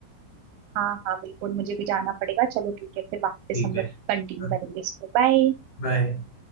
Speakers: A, on the right (about 80°); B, on the left (about 65°).
A: हाँ हाँ बिल्कुल मुझे भी जाना पड़ेगा चलो ठीक है फिर वापस
B: ठीक
A: हम
B: है
A: लोग कंटिन्यू
B: <laughs>
A: करेंगे इसको बाय
B: बाय